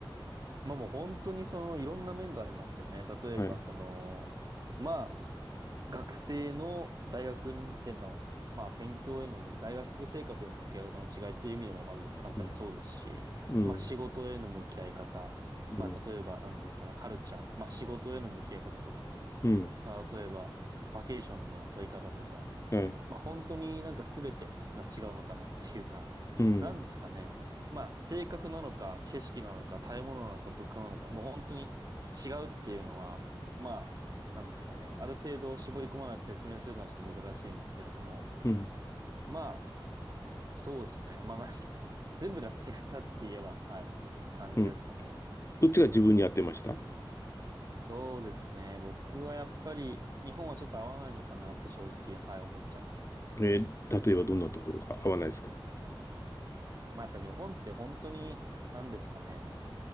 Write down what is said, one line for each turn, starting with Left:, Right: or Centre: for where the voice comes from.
Right: まあもう本当にその、いろんな面がありますよね。例えばその、
Left: はい。
Right: まあ、学生の大学での、まあ、勉強への向き、大学生活への向き合い方の違いっていう意味でもまず簡単にそうですし、
Left: うん、うん、
Right: まあ、仕事への向き合い方、
Left: うん、
Right: まあ、例えば何ですかね、カルチャー、まあ、仕事への向き合い方とか、
Left: うん。
Right: まあ、例えば、バケーションの取り方とか、
Left: はい
Right: まあ本当になんか全てが違うのかなっていうか、
Left: うん、
Right: なんですかね。まあ性格なのか、景色なのか、食べ物なのか、物価なのか、もう本当に違うっていうのは、まあ、なんですかね。ある程度絞り込まないと説明するのはちょっと難しいんですけれども、
Left: うん、
Right: まあ、そうですね。まあ何 <laughs> 全部が違ったって言えば、はい、感じですかね。
Left: うん。どっちが自分に合ってました
Right: そうですね。僕はやっぱり日本はちょっと合わないのかなと正直、はい、思っちゃいますね。
Left: えー例えばどんなところが合わないですか
Right: まあやっぱ日本って本当に、なんですかね。